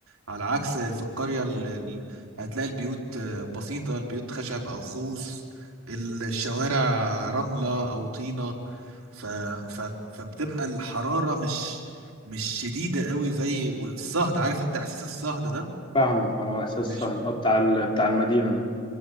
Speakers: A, on the right (about 75°); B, on the left (about 25°).
A: على عكس في القرية اللي اللي هتلاقي البيوت آه، بسيطة البيوت خشب أو خوص الشوارع رملة أو طينة ف... ف... فبتبقى الحرارة مش مش شديدة قوي زي الصهد عارف انت احساس الصهد ده
B: فاهمك اه احساس صعب
A: مش
B: آه، بتاع ال- بتاع المدينه ده